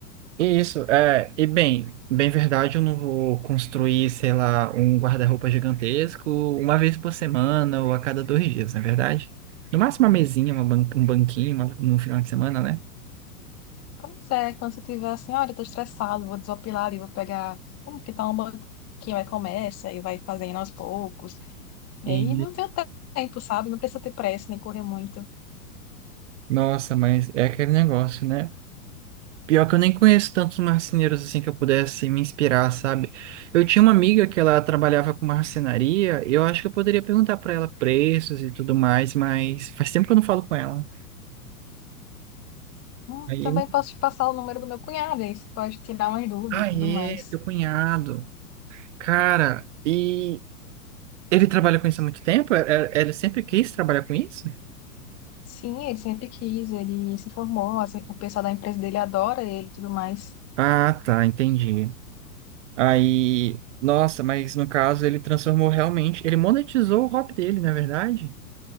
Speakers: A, on the right; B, on the left.
A: Isso, é, e bem, bem verdade, eu não vou construir, sei lá, um guarda-roupa gigantesco uma vez por semana ou a cada dois dias, não é verdade? No máximo uma mesinha, uma ban- um banquinho uma- no final de semana, né?
B: Pois é, quando você tiver assim, olha, eu tô estressado, vou desopilar ali, vou pegar como que tá um banquinho, aí começa e vai fazendo aos poucos. E
A: E,
B: aí não tem o tempo, sabe? Não precisa ter pressa nem correr muito.
A: nossa, mas é aquele negócio, né? Pior que eu nem conheço tantos marceneiros assim que eu pudesse me inspirar, sabe? Eu tinha uma amiga que ela trabalhava com marcenaria, e eu acho que eu poderia perguntar pra ela preços e tudo mais, mas faz tempo que eu não falo com ela.
B: Hum,
A: Aí,
B: Também posso te passar o número do meu cunhado, aí você pode tirar umas dúvidas
A: Aê,
B: e tudo mais.
A: teu cunhado. Cara, e ele trabalha com isso há muito tempo? É- é- Ele sempre quis trabalhar com isso?
B: Sim, ele sempre quis, ele se formou, assim, o pessoal da empresa dele adora ele e tudo mais.
A: Ah, tá, entendi. Aí, nossa, mas no caso ele transformou realmente, ele monetizou o hobby dele, não é verdade?